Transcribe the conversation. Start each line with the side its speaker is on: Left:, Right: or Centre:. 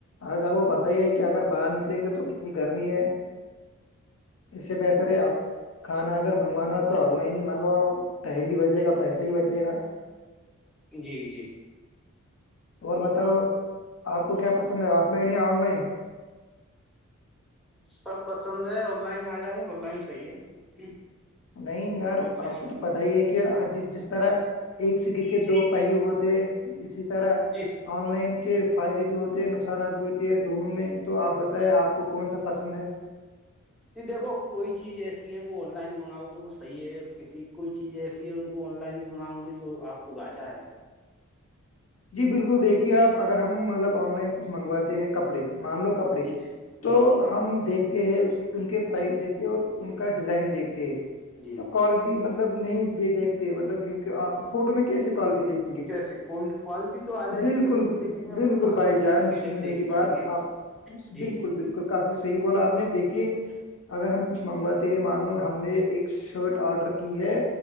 Left: آج آپ کو پت ہی ہے کہ اگر باہر نکلیں گے تو کتنی گرمی ہے اس سے بہتر ہے آپ کھانا اگر مگانا ہو تو آن لائن ہی مانگو ٹائم بج ج گا پسھر بھی بتے گا
Centre: جی جی
Left: اور بتاؤ آپ کو کیا پسند ہے آف لائن یا آن لائن
Centre: سب پسند ہے آن لائن آ جائے آن لائن صحیح ہے
Left: نہیں یار
Centre: آن لائن
Left: آپ کو تو پتا ہی ہے کہ حجیب جس طرح ہے ایک سکی کے
Centre: جی
Left: دو پہیو ہوتے اسی طرح
Centre: جی
Left: آن لائن کے فائدے بھی ہوتے ہیں نقصانات بھی ہوتی ہے دونوں میں تو آپ بتائیں آپ کو کون سا پسند ہے
Centre: جی دیکو کوئی چیز ایسی ہے وہ آن لائن منگاؤ تو وہ صحی ہے کسی کوئی چیز ایسی ہے ان کو آ کو آن لائن منگاؤں گی تو آ کو گاچا ہے
Left: جی بالکل دیکھیے آپ اگر ہم مطلب آن لائن کچھ منگواتے ہیں کپڑے مان لو کپڑے
Centre: جی
Left: تو
Centre: جی
Left: <unintelligible>
Centre: جی
Left: ہم دیکھتے ہیں اس ان کے پرائز دیکھتے اور ان کا ڈیزائن دیکھتے ہیں
Centre: جی
Left: تو
Centre: <unintelligible>
Left: کوالٹی مطلب نہیں د دیکھتے مطلب کیونک فوٹو میں کیسسی کوالٹی دیکھ
Centre: کیسے کو کوالٹی تو آ جائے
Left: بالکل
Centre: گی جبھی تو دیکھیں گے آپ
Left: بالکل
Centre: نا ہاتھ
Left: بھائی
Centre: سے
Left: جان
Centre: پکڑ کے جب
Left: سنیے
Centre: دیکھ
Left: میری
Centre: پائیں
Left: بات
Centre: گے
Left: آپ
Centre: جی
Left: بالکل بالکل کافی صحیح بولا آپ نے دیکھیے اگر ہم کچھ منگواتے ہیں مان لو ہم نے ایک شرٹ آرڈر کی ہے